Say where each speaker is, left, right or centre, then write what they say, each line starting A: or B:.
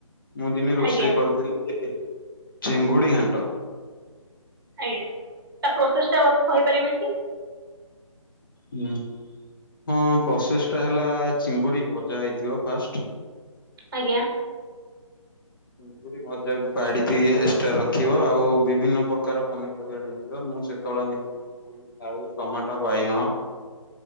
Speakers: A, on the left (about 40°); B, on the right (about 40°).
A: ମୁଁ ଦିନେ ରୋଷେଇ
B: ଆଜ୍ଞା
A: କରିଥିଲି, ଚିଙ୍ଗୁଡି ଘାଣ୍ଟ।
B: ଆଜ୍ଞା। ତା ପ୍ରୋସେସ୍ଟା କହିପାରିବେ କି?
A: ହୁଁ, ହଁ ପ୍ରୋସେଷ୍ଟା ହେଲା ଚିଙ୍ଗୁଡି ଭଜା ହେଇଥିବ ଫାଷ୍ଟ
B: ଆଜ୍ଞା।
A: ଚିଙ୍ଗୁଡ଼ି ଭଜାକୁ କାଢି ଦେଇ ଏକ୍ସଟ୍ରା ରଖିବ। ଆଉ ବିଭିନ୍ନ ପ୍ରକାର ପନିପରିବା ନେଇି ଥିବ। ମୁଁ ସେ ପଳେ ମିକ୍ସ ଆଳୁ, ଟୋମାଟ, ବାଇଙ୍ଗଣ